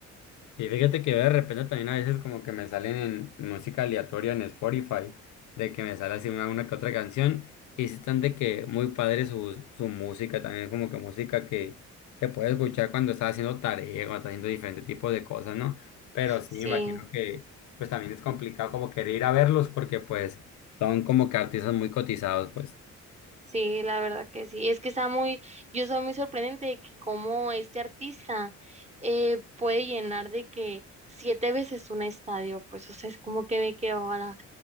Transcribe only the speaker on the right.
Sí.
Sí, la verdad que sí. Es que está muy, yo soy muy sorprendente de que cómo este artista eh, puede llenar de que siete veces un estadio, pues o sea, es como que ve que ahora